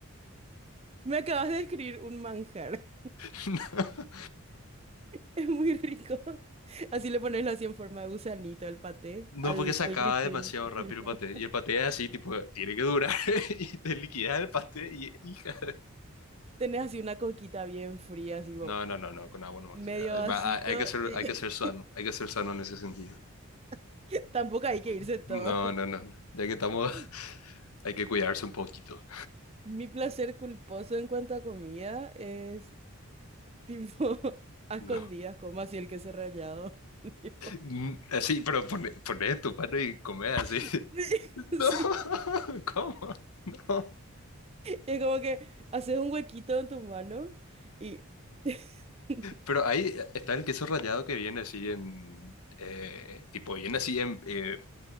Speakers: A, on the right; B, on the left.
A: Me acabas de describir un manjar.
B: <laughs>
A: <laughs> Es muy rico. Así le pones así en forma de gusanito al paté,
B: No,
A: al,
B: porque se
A: al
B: acaba
A: grisín.
B: demasiado rápido
A: <laughs>
B: el paté. Y el paté es así, tipo, tiene que durar <laughs> y te liquidas el paté y hija.
A: Tenés así una coquita bien fría, así bo-
B: No, no, no, no, con agua nomás.
A: medio
B: Ah,
A: vasito
B: va, Hay hay que ser,
A: y
B: hay que ser sano, hay que ser sano en ese sentido.
A: <laughs> tampoco hay que
B: Hay
A: irse
B: que-
A: todo.
B: No, no, no, no. Ya que estamos,
A: <laughs>
B: <laughs> hay que cuidarse un poquito.
A: Mi placer culposo en cuanto a comida es tipo <laughs> a escondidas,
B: No.
A: como así el queso rallado. <laughs> Tipo,
B: Mm, Así, pero pone, pone en tu mano y come así. <laughs>
A: <laughs> Sí,
B: No,
A: sí.
B: <laughs> ¿cómo? No.
A: Es como que haces un huequito en tu mano y <laughs>
B: Pero ahí está el queso rallado que viene así en, eh, tipo, viene así en, eh,